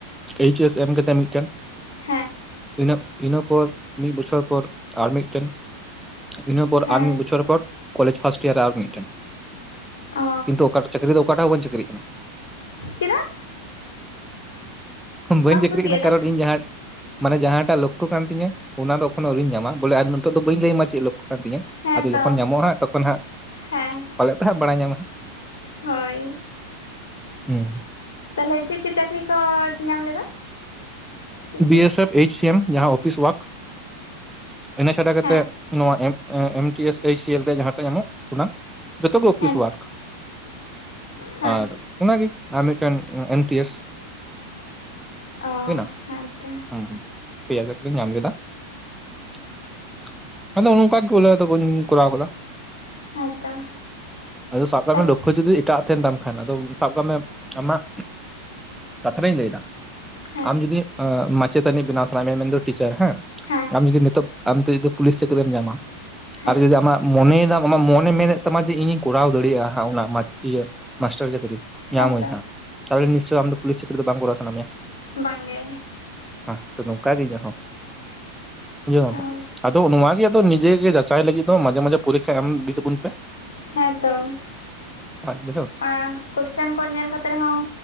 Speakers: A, in the centre; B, on the left.
A: ᱮᱭᱤᱪ ᱮᱥ ᱮᱢ ᱠᱟᱛᱮᱜ ᱢᱤᱫᱴᱮᱱ,
B: ᱦᱮᱸ
A: ᱤᱱᱟᱹ ᱤᱱᱟᱹ ᱯᱚᱨ ᱢᱤᱫ ᱵᱚᱪᱷᱚᱨ ᱯᱚᱨ ᱟᱨ ᱢᱤᱫᱴᱮᱱ, ᱤᱱᱟᱹ ᱯᱚᱨ
B: ᱦᱮᱸᱛᱚ
A: ᱟᱨ ᱢᱤᱫ ᱵᱚᱪᱷᱚᱨ ᱯᱚᱨ ᱠᱚᱞᱡᱽ ᱯᱷᱟᱥᱴ ᱤᱭᱟᱨᱮ ᱟᱨ ᱢᱤᱫᱴᱮᱱ,
B: ᱚ
A: ᱠᱤᱱᱛᱩ ᱚᱠᱟᱴᱟᱜ ᱪᱟᱹᱠᱨᱤ ᱫᱚ ᱚᱠᱟᱴᱟᱜ ᱦᱚᱸ ᱵᱟᱹᱧ ᱪᱟᱹᱠᱨᱤᱜ ᱠᱟᱱᱟ᱾
B: ᱪᱮᱫᱟᱜ?
A: ᱵᱟᱹᱧ
B: ᱵᱟᱢ
A: ᱪᱟᱹᱠᱨᱤᱜ
B: ᱠᱩᱥᱤᱭᱟᱫᱟ
A: ᱠᱟᱱᱟ ᱠᱟᱨᱚᱱ ᱤᱧ ᱡᱟᱸᱦᱟ ᱢᱟᱱᱮ ᱡᱟᱸᱦᱟᱴᱟᱜ ᱞᱚᱠᱠᱷᱳ ᱠᱟᱱ ᱛᱤᱧᱟᱹ ᱚᱱᱟ ᱫᱚ ᱮᱠᱷᱚᱱᱳ ᱟᱹᱣᱨᱤᱧ ᱧᱟᱢᱟ, ᱵᱚᱞᱮ ᱱᱤᱛᱚᱜ ᱫᱚ ᱵᱟᱹᱧ ᱞᱟᱹᱭ ᱟᱢᱟ ᱪᱮᱫ ᱞᱚᱠᱠᱳ ᱠᱟᱱ ᱛᱤᱧᱟᱹ
B: ᱦᱮᱸᱛᱚ
A: ᱟᱫᱚ ᱡᱚᱠᱷᱚᱱ ᱧᱟᱢᱚᱜ-ᱟ ᱦᱟᱜ ᱛᱚᱠᱷᱚᱱ ᱦᱟᱜ
B: ᱦᱮᱸ
A: ᱯᱟᱞᱮᱫ ᱯᱮ ᱦᱟᱜ ᱵᱟᱲᱟᱭ ᱧᱟᱢᱟ ᱦᱟᱜ
B: ᱦᱳᱭ
A: ᱦᱟᱸᱜ
B: ᱛᱟᱸᱦᱚᱞᱮ ᱪᱮᱫ ᱪᱮᱫ ᱪᱟᱹᱠᱨᱤ ᱠᱚ ᱧᱟᱢ ᱞᱮᱫᱟ? ᱪᱮᱫ
A: ᱵᱤ
B: ᱪᱮᱫ
A: ᱮ ᱥᱮᱯᱷ, ᱮᱭᱤᱪ ᱥᱤ ᱮᱢ ᱡᱟᱸᱦᱟ ᱚᱯᱷᱤᱥ ᱚᱣᱟᱨᱠ ᱤᱱᱟᱹ ᱪᱷᱟᱰᱟ ᱠᱟᱛᱮᱜ,
B: ᱦᱮᱸ
A: ᱱᱚᱣᱟ M T S, H C L ᱨᱮ ᱡᱟᱸᱦᱟ ᱴᱟᱜ ᱧᱟᱢᱚᱜ, ᱚᱱᱟ ᱡᱚᱛᱚᱜᱮ ᱚᱯᱷᱤᱥ
B: ᱦᱮᱸ
A: ᱚᱣᱟᱨᱠ
B: ᱦᱮᱸ
A: ᱟᱨ, ᱚᱱᱟᱜᱮ ᱟᱨ ᱢᱤᱫᱴᱮᱱ ᱮᱢ ᱴᱤ ᱮᱥ᱾
B: ᱚᱻ
A: ᱦᱩᱭᱱᱟ
B: ᱦᱮᱸ ᱛᱚ
A: ᱦᱩᱸ ᱦᱩᱸ ᱯᱮᱭᱟ ᱪᱟᱹᱠᱨᱤᱧ ᱧᱟᱢ ᱞᱮᱫᱟ᱾ᱟᱫᱚ ᱱᱚᱝᱠᱟ ᱜᱮ ᱵᱩᱞᱮ ᱟᱫᱚ ᱵᱟᱹᱧ ᱠᱚᱨᱟᱣ ᱟᱠᱟᱫᱟ᱾
B: ᱦᱮᱸᱛᱚ
A: ᱟᱫᱚ ᱥᱟᱵ ᱠᱟᱜ
B: ᱛᱟᱦᱚᱞᱮ
A: ᱢᱮ ᱞᱚᱠᱠᱷᱚ ᱡᱩᱫᱤ ᱮᱴᱟᱜ, ᱛᱟᱸᱦᱮᱱ ᱛᱟᱢ ᱠᱷᱟᱱ ᱟᱫᱚ ᱥᱟᱵ ᱠᱟᱜ ᱢᱮ ᱟᱢᱟᱜ ᱠᱟᱛᱷᱟ ᱨᱤᱧ ᱞᱟᱹᱭᱮᱫ ᱫᱟ᱾
B: ᱦᱮᱸ
A: ᱟᱢ ᱡᱩᱫᱤ ᱢᱟᱪᱮᱛᱟᱹᱱᱤ ᱵᱮᱱᱟᱣ ᱥᱟᱱᱟᱭ ᱮᱫ ᱢᱮᱭᱟ ᱢᱮᱱ ᱫᱚ ᱴᱤᱪᱟᱨ ᱦᱮᱸ
B: ᱦᱮᱸ
A: ᱟᱢ ᱡᱩᱫᱤ ᱱᱤᱛᱚᱜ, ᱟᱢ ᱛᱮ ᱡᱩᱫᱤ ᱯᱩᱞᱤᱥ ᱪᱟᱹᱠᱨᱤᱢ ᱧᱟᱢᱟ
B: ᱦᱮᱸ
A: ᱟᱨ ᱡᱩᱫᱤ ᱟᱢᱟᱜ, ᱢᱚᱱᱮᱭ ᱮᱫᱟᱢ ᱟᱢᱟᱜ ᱢᱚᱱᱮ ᱢᱮᱱᱮᱫ ᱛᱟᱢᱟ ᱡᱮ ᱤᱧᱤᱧ ᱠᱚᱨᱟᱣ ᱫᱟᱲᱮᱭᱟᱜ-ᱟ ᱚᱱᱟ ᱤᱭᱟᱹ ᱢᱟᱥᱴᱟᱨ ᱪᱟᱹᱠᱨᱤ, ᱧᱟᱢ
B: ᱦᱮᱸᱛᱚ
A: ᱟᱹᱧ ᱱᱟᱜ ᱛᱟᱦᱚᱞᱮ ᱱᱤᱥᱪᱚᱭ ᱟᱢ ᱫᱚ ᱯᱩᱞᱤᱥ ᱪᱟᱠᱨᱤ ᱫᱚ ᱵᱟᱝ ᱠᱚᱨᱟᱣ ᱥᱟᱱᱟ ᱢᱮᱭᱟ ᱾
B: ᱵᱟᱝ ᱜᱮ,
A: ᱦᱚᱸ ᱱᱚᱝᱠᱟ ᱜᱮ ᱤᱧᱟᱜ ᱦᱳ ᱵᱩᱡᱷᱟᱹᱣ ᱠᱮᱜ ᱟᱢ
B: ᱚ
A: ᱥᱮ, ᱟᱫᱚ ᱱᱚᱣᱟ ᱜᱮ ᱟᱫᱚ ᱱᱤᱡᱮ ᱡᱟᱪᱟᱭ ᱞᱟᱹᱜᱤᱫ ᱫᱚ ᱢᱟᱡᱷᱮ ᱢᱟᱡᱷᱮ ᱯᱚᱨᱤᱠᱠᱷᱟ ᱮᱢ ᱤᱫᱤ ᱛᱟᱵᱚᱱ ᱯᱮ,
B: ᱦᱮᱸ ᱛᱚ
A: ᱦᱳᱭ ᱵᱩᱡᱷᱟᱹᱣ
B: ᱟᱻ ᱠᱚᱥᱪᱮᱱ ᱠᱚ ᱧᱮᱞ ᱠᱟᱛᱮ ᱨᱮ ᱦᱚᱸ